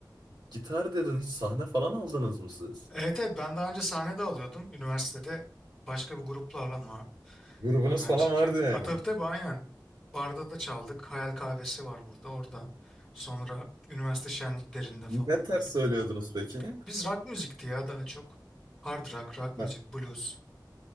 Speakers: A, on the right; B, in the centre.
A: gitar dedin. Hiç sahne falan aldınız mı siz?
B: Evet evet ben daha önce sahne de alıyordum üniversitede başka bir gruplarla ama
A: Grubunuz
B: öğrenciyken.
A: falan vardı
B: A,
A: yani.
B: tabii tabii aynen. Barda da çaldık. Hayal kahvesi var burada orada. Sonra üniversite şenliklerinde falan
A: Ne ters
B: böyle.
A: söylüyordunuz peki?
B: Biz rock müzikti ya daha çok. Hard rock, rock müzik,
A: Ha.
B: blues